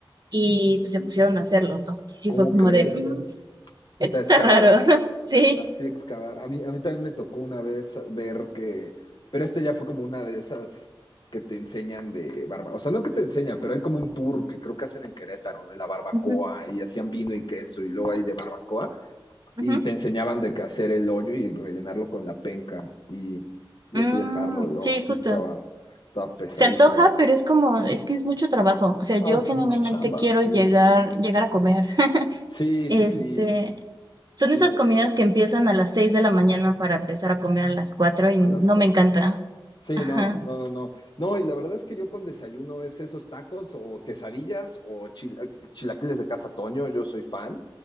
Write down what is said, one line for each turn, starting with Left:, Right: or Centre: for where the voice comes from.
Right: y pues, se pusieron a hacerlo, ¿no? Y sí
Left: ¿cómo
Right: fue como
Left: crees?
Right: de, "Mm, esto
Left: O sea,
Right: está
Left: excavar,
Right: raro, <laughs> sí.
Left: así excavar. A mí, a mí también me tocó una vez ver que, pero este ya fue como una de esas que te enseñan de barba, o sea, no que te enseñan, pero hay como un tour que creo que hacen en Querétaro de la barbacoa
Right: Ujú,
Left: y hacían vino y queso y luego hay de barbacoa.
Right: ujú.
Left: y te enseñaban de que hacer el hoyo y rellenarlo con la penca y, y
Right: Mm,
Left: así dejarlo. Y, oh,
Right: sí,
Left: sí,
Right: justo.
Left: estaba, estaba pesadísimo.
Right: Se antoja, pero es como, es que es mucho trabajo. O sea, yo
Left: Ah, es
Right: genuinamente
Left: que es mucha chamba,
Right: quiero
Left: sí.
Right: llegar, llegar a comer. <laughs>
Left: Sí, sí,
Right: Este,
Left: sí.
Right: son
Left: Y
Right: esas comidas que empiezan a las 6 de la mañana para empezar a comer a las 4 y no
Left: a las cuatro.
Right: me encanta.
Left: Sí,
Right: Ajá.
Left: no, no, no, no. No, y la verdad es que yo con desayuno es esos tacos o quesadillas o chila- chilaquiles de Casa Toño, yo soy fan.